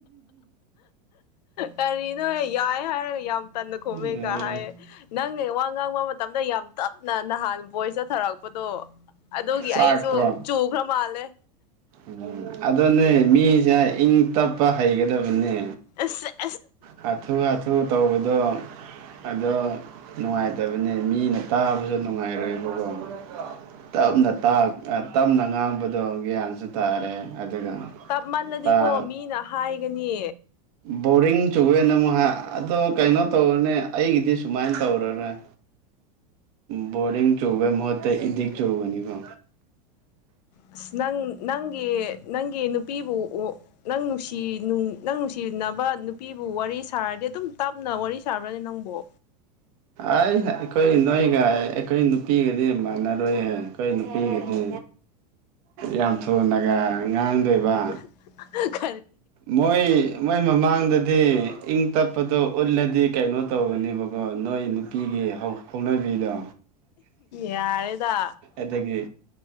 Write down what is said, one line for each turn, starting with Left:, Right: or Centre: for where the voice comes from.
Left: ꯀꯔꯤꯅꯣꯍ ꯌꯥꯏ ꯍꯥꯏꯔꯒ ꯌꯥꯝ ꯇꯟꯅ ꯈꯣꯃꯦ
Right: ꯎꯝ
Left: ꯀ ꯍꯥꯏꯌꯦ ꯅꯪ ꯋꯥ ꯉꯥꯡꯕ ꯃꯇꯝꯗ ꯌꯥꯝ ꯇꯞꯅ ꯅꯍꯥꯟ ꯕꯣꯏ ꯆꯠꯊꯔꯛꯄꯗꯣ ꯑꯗꯨꯒꯤ
Right: ꯆꯥꯛꯄ꯭ꯔꯣ
Left: ꯑꯩꯁꯨ ꯆꯨꯈ꯭ꯔ ꯃꯥꯜꯂꯦ
Right: ꯎꯝ ꯑꯗꯅꯦ ꯃꯤꯁꯦ ꯏꯪ ꯇꯞꯄ ꯍꯩꯒꯗꯕꯅꯦ
Left: <inaudible>
Right: ꯍꯥꯊꯨ ꯍꯥꯊꯨ ꯇꯧꯕꯗꯣ ꯑꯗꯣ ꯅꯨꯡꯉꯥꯏꯇꯕꯅꯦ ꯃꯤꯅ ꯇꯥꯕꯁꯨ ꯅꯨꯡꯉꯥꯏꯔꯣꯏꯕꯀꯣ ꯇꯞꯅ ꯇꯞꯅ ꯉꯥꯡꯕꯗꯣ ꯒ꯭ꯌꯥꯟꯁꯨ ꯇꯥꯔꯦ ꯑꯗꯨꯒ
Left: ꯇꯞꯃꯜꯂꯗꯤꯀꯣ
Right: ꯇꯥ
Left: ꯃꯤꯅ ꯍꯥꯏꯒꯅꯤ
Right: ꯕꯔꯤꯡ ꯆꯨꯋꯦꯅ ꯑꯃꯨꯛ ꯍꯥꯏ ꯑꯗꯣ ꯀꯩꯅꯣ ꯇꯧꯔꯅꯦ ꯑꯩꯒꯤꯗꯤ ꯁꯨꯃꯥꯏꯅ ꯇꯧꯔꯔꯣꯏ ꯕꯣꯔꯗꯤꯡ ꯆꯕꯒꯤ ꯃꯍꯨꯠꯇ ꯏꯗꯤꯛ ꯆꯨꯕꯅꯤꯀꯣ
Left: ꯑꯁ ꯅꯪ ꯅꯪꯒꯤ ꯅꯪꯒꯤ ꯅꯨꯄꯤꯕꯨ ꯅꯪ ꯅꯨꯡꯁꯤ ꯅꯪ ꯅꯨꯡꯁꯤꯅꯕ ꯅꯨꯄꯤꯕꯨ ꯋꯥꯔꯤ ꯁꯥꯔꯗꯤ ꯑꯗꯨꯝ ꯇꯞꯅ ꯋꯥꯔꯤ ꯁꯥꯕ꯭ꯔꯅꯤ ꯅꯪꯕꯨ
Right: ꯑꯩ ꯑꯩꯈꯣꯏ ꯅꯣꯏꯒ ꯑꯩꯈꯣꯏ ꯅꯨꯄꯤꯒꯗꯤ ꯃꯥꯟꯅꯔꯣꯏꯍꯦ ꯑꯩꯈꯣꯏ ꯅꯨꯄꯤꯒꯗꯤ ꯌꯥꯝ ꯊꯨꯅꯒ ꯉꯥꯡꯗꯣꯏꯕ
Left: <inaudible>
Right: ꯃꯣꯏ ꯃꯣꯏ ꯃꯃꯥꯡꯗꯗꯤ ꯏꯪ ꯇꯞꯄꯗꯣ ꯎꯠꯂꯗꯤ ꯀꯩꯅꯣ ꯇꯧꯕꯅꯦꯕ ꯑꯣ ꯅꯣꯏ ꯅꯨꯄꯤꯒꯤ ꯍꯧꯅꯕꯤꯗꯣ
Left: ꯌꯥꯔꯦꯗꯥ
Right: ꯑꯗꯒꯤ